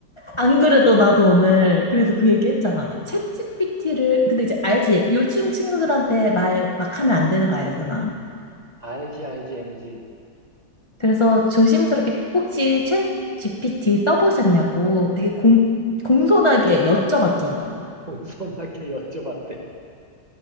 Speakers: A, on the left; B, on the right.
A: 안 그래도
B: 이-
A: 나도 오늘
B: 어,
A: 그래서 그 얘기 했잖아. 챗GPT를 근데 이제 알지? 요즘 친구들한테 말 막 하면 안 되는 거 알잖아.
B: 알지, 알지, MG.
A: 그래서 조심스럽게 혹시 챗GPT 써보셨냐고 되게 공, 공손하게 여쭤봤잖아.
B: 동선하게 여쭤봤대.